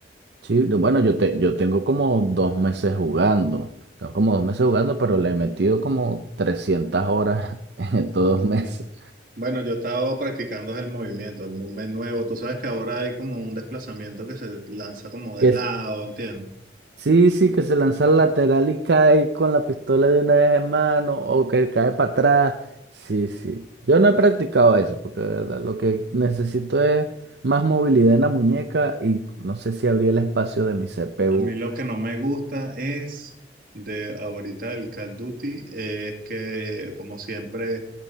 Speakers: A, on the right; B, on the right.
A: Sí, yo- bueno, yo, te, yo tengo como dos meses jugando, tengo como dos meses jugando, pero le he metido como 300 horas <laughs> en estos
B: <laughs>
A: dos meses.
B: Bueno, yo he estado practicando el movimiento, el movement nuevo. Tú sabes que ahora hay como un desplazamiento que se lanza como de
A: que
B: lado, ¿entiendes?
A: Sí, sí, que se lanza al lateral y cae con la pistola de una vez en mano o que cae para atrás. Sí, sí. Yo no he practicado eso porque de verdad lo que necesito es más movilidad en la muñeca y no sé si abría el espacio de mi CPU.
B: A mí lo que no me gusta es de ahorita el Call of Duty es que, como siempre,